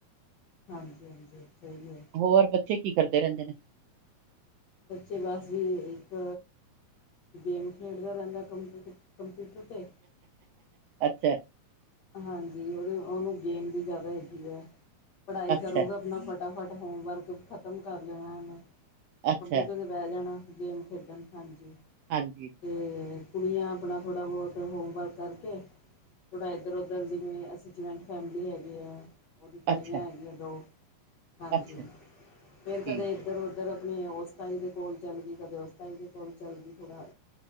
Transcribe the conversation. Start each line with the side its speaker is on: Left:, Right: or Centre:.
Left: ਹਾਂਜੀ-ਹਾਂਜੀ, ਸਹੀ ਐ।
Right: ਹੋਰ ਬੱਚੇ ਕੀ ਕਰਦੇ ਰਹਿੰਦੇ ਨੇ?
Left: ਬੱਚੇ ਬਸ ਜੀ ਇੱਕ ਗੇਮ ਖੇਡਦਾ ਰਹਿੰਦਾ ਕੰਪ-ਕੰਪਿਊਟਰ 'ਤੇ
Right: ਅੱਛਾ।
Left: ਹਾਂਜੀ, ਉਹਦੇ ਉਹਨੂੰ ਗੇਮ ਦੀ ਜ਼ਿਆਦਾ ਹੈਗੀ ਐ। ਪੜ੍ਹਾਈ
Right: ਅੱਛਾ
Left: ਕਰੂਗਾ ਆਪਣਾ ਫਟ ਫਟਾਫਟ ਹੋਮਵਰਕ ਖ਼ਤਮ ਕਰ ਲੈਣਾ ਉਹਨੇ।
Right: ਅੱਛਾ
Left: ਕੰਪਿਊਟਰ ਦੇ ਬਹਿ ਜਾਣਾ ਗੇਮ ਖੇਡਣ, ਹਾਂਜੀ।
Right: ਹਾਂਜੀ।
Left: ਤੇ ਕੁੜੀਆਂ ਆਪਣਾ ਥੋੜ੍ਹਾ ਬਹੁਤ ਹੋਮਵਰਕ ਕਰਕੇ। ਥੋੜ੍ਹਾ ਇ ਇੱਧਰ-ਉੱਧਰ ਜਿਵੇਂ ਅਸੀਂ ਜੁਆਇੰਟ ਫੈਮਿਲੀ ਹੈਗੀ ਆ। ਉਹਦੀ ਤਾਈਆਂ
Right: ਅੱਛਾ
Left: ਹੈਗੀਆਂ ਦੋ ਹਾਂਜੀ।
Right: ਅੱਛਾ
Left: ਫਿਰ
Right: ਠੀਕ
Left: ਕਦੇ ਇੱਧਰ
Right: ਹੈ
Left: ਉਧ ਉੱਧਰ ਆਪਣੇ ਉਸ ਤਾਈ ਦੇ ਕੋਲ ਚੱਲਗੀ। ਕਦੇ ਉਸ ਤਾਈ ਦੇ ਕੋਲ ਚੱਲਗੀ। ਥੋੜਾ